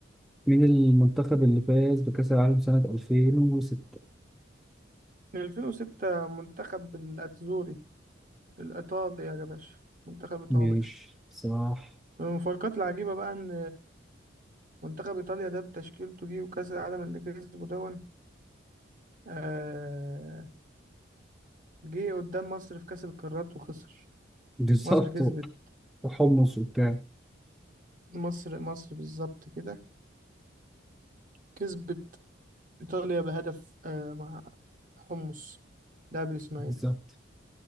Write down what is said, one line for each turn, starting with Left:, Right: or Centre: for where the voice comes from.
Centre: مين المنتخب اللي فاز بكأس العالم سنة 2006
Right: من 2006 منتخب الأتزوري الإيطالي يا باشا منتخب إيطاليا
Centre: ماشي صح
Right: من المفارقات العجيبة بقى إن منتخب إيطاليا ده بتشكيلته دي وكأس العالم اللي كسبه دون آه جه قدام مصر في كأس القارات وخسر
Centre: بالظبط
Right: مصر كسبت
Centre: وحمص وبتاع
Right: مصر مصر بالظبط كده كسبت إيطاليا بهدف آه مع حمص لاعب الإسماعيلي
Centre: بالظبط